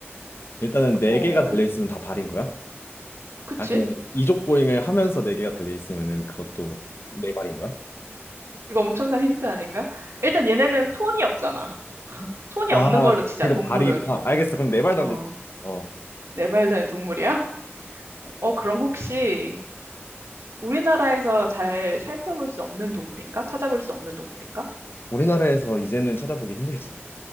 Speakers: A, on the left; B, on the right.
A: 일단은 네
B: 어,
A: 개가 달려 있으면 다 발인 거야?
B: 그치?
A: 아니면 이족 보행을 하면서 네 개가 달려 있으면은 그것도 네 발인 거야?
B: 이거 엄청난 힌트 아닌가? 일단 얘네는 손이 없잖아. 손이
A: 아,
B: 없는 걸로 치자,
A: 그러니까
B: 동물은.
A: 발이구나. 알겠어. 그럼 내 발 달리.
B: 어,
A: 어,
B: 네 발 달린 동물이야? 어, 그럼 혹시 우리나라에서 잘 살펴볼 수 없는 동물인가? 찾아볼 수 없는 동물인가?
A: 우리나라에서 이제는 찾아보기 힘들지.